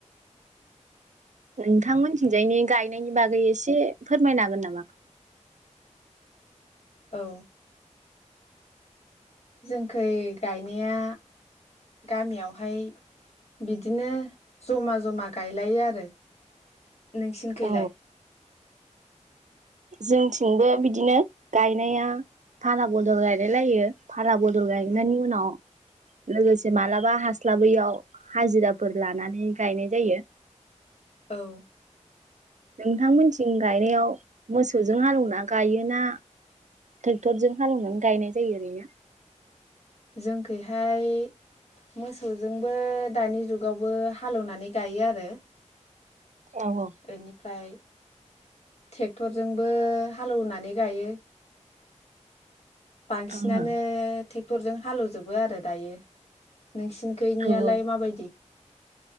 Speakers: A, on the right; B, on the left.
A: नोंथांमोनथिंजायनि गायनायनि बागै एसे फोरमायनो हागोन नामा?
B: औ जोंखै गायनाया गामियावहाय बिदिनो जमा जमा गायलायो आरो। नोंसिनखैलाय?
A: औ
B: <inaudible>
A: जोंथिंबो बिदिनो गायनाया फाला बदल गायलाय लायो फाला बदल गायनायनि उनाव लोगोसे मालाबा हास्लाबैयाव हाजिराफोर लानानै गायनाय जायो।
B: औ
A: नोंथांमोनथिं गायनायाव मोसौजों हालौना गायोना ट्रेक्टरजों हालौनानै गायनाय जायो ओरैनो?
B: जोंखैहाय मोसौजोंबो दानि जुगावबो हालौनानै गायो आरो ।
A: औ औ।
B: ओनिफ्राय ट्रेक्टरजोंबो हालेवनानै गायो । बांसिनानो
A: औ
B: ट्रेक्टरजों हालेवजोबो आरो दायो । नोंसिनि खैनियालाय
A: औ
B: माबायदि?